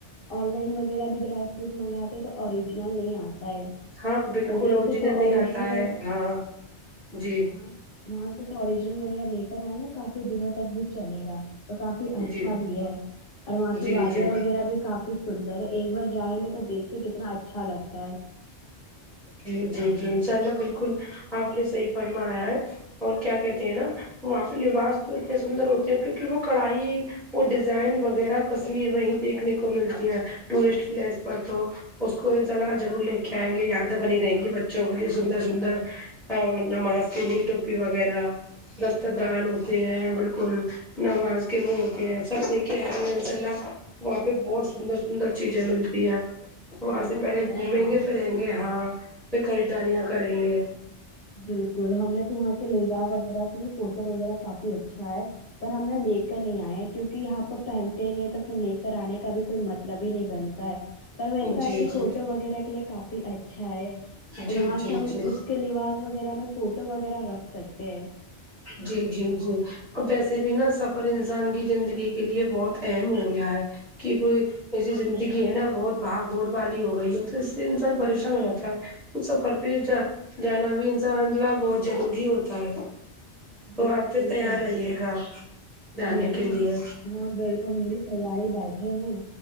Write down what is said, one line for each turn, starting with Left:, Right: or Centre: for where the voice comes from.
Left: آن لائنہ وغیرہ ڈرائی فروٹ مگا تے تو اوریجنل نہیں آتا ہے
Centre: ہاں بالکل
Left: ادھر سے تو
Centre: نہیں
Left: اوریجنل
Centre: آتا ہے ہاں جی
Left: وہاں وہاں سے تو اوریجنل وغیرہ لے کر آئیں گا کافی دنوں تک بھی چلے گا تو کافی اچھا
Centre: جی
Left: بھی ہے اور وہاں کی
Centre: جی
Left: وادیاں
Centre: جی
Left: وغیرہ بھی کافی سندر ہے اگر جائیں گے تو دیکھئے کتنا اچھا لگتا ہے
Centre: جی جی جی انشاء اللہ بالکل آپ نے صحیح فرمایا ہے اور کیا کہتے ہیں نا وہاں پہ لباس تو اتنے سندر ہوتے ہیں کیونکہ وہ کڑائی وہ ڈیزائن وغیرہ کشمیر میں ہی دیکھنے کو ملتی ہیں ٹورسٹ پلیس پر تو اس کو انسلا ضرور لے کے آئیں گے یادیں بنی رہیں گی بچوں کے لیے سندر سندر ا نماز کے لیے ٹوپی وغیرہ رست
Left: بالکل
Centre: دان ہوتے ہیں بالکل نواز کے وہ ہوتے ہیں سب لے کے آئے انشا اللہ وہاں پہ بہت سندر سندر چیزیں ملتی ہیں تو وہاں
Left: بالکل
Centre: سے پہلے
Left: صحیح
Centre: گھومیں
Left: فرما
Centre: گے
Left: رہی
Centre: پھریں
Left: ہیں۔
Centre: گے ہاں پھر خریداریاں کریں گے
Left: بالکل ہم نے تو وہاں کے لے جایا وغیرہ سے بھی فوٹو وغیرہ کافی اچھا ہے پر ہم نے لے کر نہیں آئے ہیں کیوںکہ یہاں پر پہنتے نہیں تو پھر لے کر آنے کا بھی کوئی مطلب ہی نہیں بنتا ہے پر ایسا
Centre: جی
Left: ہے کہ
Centre: جی
Left: فوٹو وغیرہ کے لیے کافی اچھا ہے
Centre: جی
Left: تو وہاں
Centre: جی جی
Left: سے ہم اس کے لواس وغیرہ میں فوٹو وغیرہ رکھ سکتے ہیں
Centre: جی جی جی ویسے بھی نا سفر انسان کی زندگی کے لیے بہت اہم ہو گیا ہے کہ کوئی ایسی زندگی ہے نا بہت بھاگ دوڑ والی ہو گئی ہے تو اس سے انسان پریشان ہو جاتا ہے تو سفر پہ جا جانا بھی انسان نہ بہت ضروری ہوتا ہے تو
Left: بالکل
Centre: آپ پھر
Left: صحیح
Centre: تیار
Left: کہہ رہی
Centre: رہیے
Left: ہے
Centre: گا جانے
Left: بالکل
Centre: کے لیے
Left: ہم ہاں بالکل ہم بھی تیار ہی بیٹھے ہیں